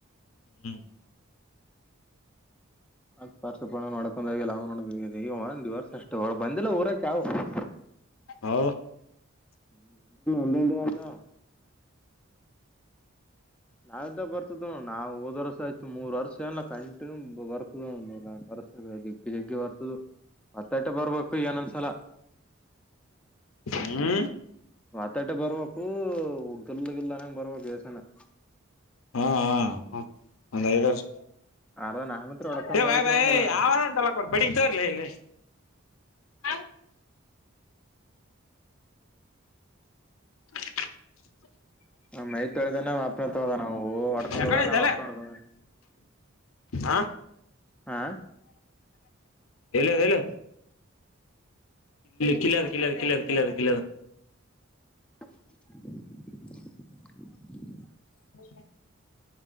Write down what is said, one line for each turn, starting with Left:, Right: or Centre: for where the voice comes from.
Left: ಹ್ಮ್
Centre: ಅದ್ ಪಾರ್ಸಪ ನಡ್ಕೊಂಡಲ್ಲ ಅವ ನೋಡಬೇಕ ಒಂದ ವರ್ಷ ಅಷ್ಟ ಹೊ ಬಂದಿಲ್ಲ ಊರಕ ಯಾವವು ಹಾ
Left: ಹೌದು
Centre: ಬಧನು ಆ ನಾವ್ದ ಬರ್ತದ ನಾವ್ ಹೋದ್ ವರ್ಸ ಆಯತು ಮೂರ್ ವರ್ಷ ಎಲ್ಲ ಕಂಟಿನ್ಯೂ ಬರ್ತದ ಮೂ ವರಸ ಜಿಗ್ಗೆ ಜಿಗ್ಗೆ ಬರ್ತದು ಮತ್ತಟ ಬರ್ಬೇಕು ಏನೊಂದ್ಸಲ
Left: ಹ್ಮ್
Centre: ಮಾತಾಟೆ ಬರ್ಬೇಕು ಉಗ್ಗಲ್ ಗಲ್ಲನಂಗ ಬರ್ಬೇಕು ವೇಸಾನ
Left: ಹಾ ಹ ಒಂದಐದರ್ಷ
Centre: ಅರ್ದ ನಾನ್ ಹತ್ರ ಹೊಡ್ಕೊಂಡ್
Left: ಹ
Centre: ಹೋದಕ್ಕೆ
Left: ಭಾಯ ಭಾಯ
Centre: ಬಂದಿಲ್ಲ
Left: ಆವ ತಲ್ಲ ಕೊಡ ಬಡಿಗ ತರ್ಲ್ಲ ಇಲ್ಲ ಹ <inaudible>
Centre: ಮೈತ್ ತೊಳದ ನ್ ಅಪ್ನ ಹೋದ ನಾವು ಅಡ್ಕೊಂಡ್
Left: ಯಕಡೆ
Centre: ಹೋದ ನಾ್
Left: ಇದಲ್ಲ
Centre: ಅಪ್ನಡ್ಕೊಂಡ
Left: ಹಾ
Centre: ಹಾ
Left: ಹೇಳಲ್ಲಲ್ಲ ಕಲ ಕಲವು ಕಲವ ಕಲವ ಕಲವ
Centre: <unintelligible>
Left: ಹೌೆ <unintelligible>